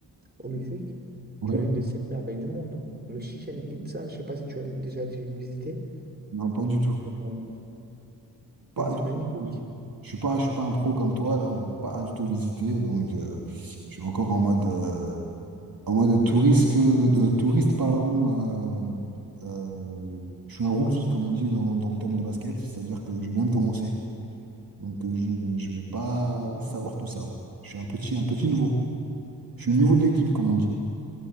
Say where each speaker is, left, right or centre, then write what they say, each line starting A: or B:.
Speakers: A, on the right (about 20°); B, on the right (about 55°).
A: au Mexique,
B: Ouais.
A: tu as une des sept merveilles du monde, hein. Le Chichen Itza, je sais pas si tu as déjà dû visiter.
B: Non, pas du tout.
A: Euh,
B: Pas
A: mais c'est
B: du
A: magnifique.
B: tout. pas du tout. Je suis pas, je suis pas un pro comme toi, là. J'ai pas du tout visité. Donc, euh, je suis encore en mode, euh, en mode touriste, que, de touriste, pardon. euh, euh, je suis un rookie, comme on dit dans, dans le terme de basket. C'est-à-dire que je viens de commencer. Donc, euh, je, je vais pas savoir tout ça, moi. Je suis un petit, un petit nouveau. Je suis le nouveau de l'équipe, comme on dit.